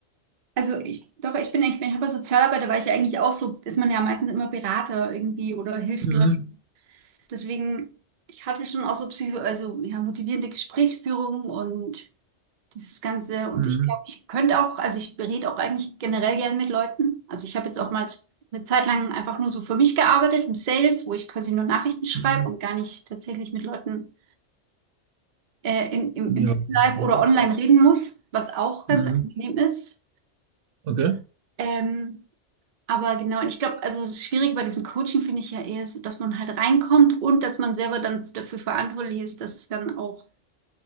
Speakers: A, on the right; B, on the right.
A: Also ich, doch, ich bin, ich bin, ich habe Sozialarbeiter, weil ich ja eigentlich auch so, ist man ja meistens immer Berater irgendwie oder hilft
B: Mhm.
A: Leuten. Deswegen, ich hatte schon auch so Psycho, also ja, motivierende Gesprächsführung und dieses Ganze. Und
B: Mhm.
A: ich glaube, ich könnte auch, also ich berate auch eigentlich generell gern mit Leuten. Also ich habe jetzt auch mal eine Zeit lang einfach nur so für mich gearbeitet im Sales, wo ich quasi nur Nachrichten schreibe
B: Mhm.
A: und gar nicht tatsächlich mit Leuten äh, in, im,
B: Ja,
A: im
B: das
A: Live
B: ist ein
A: oder online
B: Part.
A: reden muss, was auch ganz
B: Mhm.
A: angenehm ist.
B: Okay,
A: Ähm, Aber genau, und ich glaube, also es ist schwierig bei diesem Coaching finde ich ja eher, ist, dass man halt reinkommt und dass man selber dann dafür verantwortlich ist, dass es dann auch,